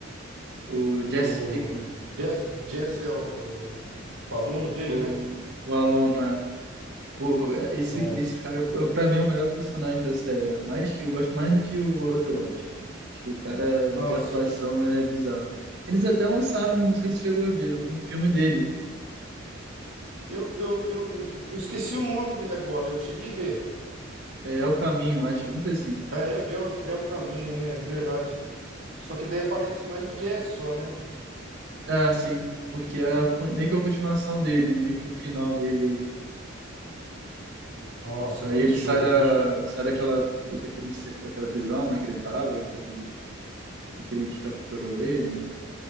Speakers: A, on the right; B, on the right.
A: O
B: Do
A: Jesse Pinkman.
B: Jesse, o Jesse é o, o aluno dele,
A: O,
B: né?
A: o aluno é. Pô, esse,
B: Nossa,
A: esse cara, é, pra mim, é o melhor personagem da série. É mais que eu gosto mais do que o Walter cara. Que o cara
B: nossa,
A: de atuação é bizarro. Eles até lançaram, não sei se chegou a ver, um filme dele.
B: eu, eu, eu, eu eu esqueci o nome dele agora, eu cheguei a ver.
A: É, É o Caminho, acho, alguma coisa assim.
B: É, é, é o é o caminho, né? Verdade. Só que daí aparece mais o Jesse só, né?
A: Ah, ah, sim. Porque é a con- meio que a continuação dele, meio que o final dele
B: Nossa,
A: aí.
B: muito
A: Aí ele
B: show,
A: sai da,
B: muito show.
A: sai daquela, daquele, cer- daquela prisão, né, que ele tava, daquele, daquele que capturou ele, né?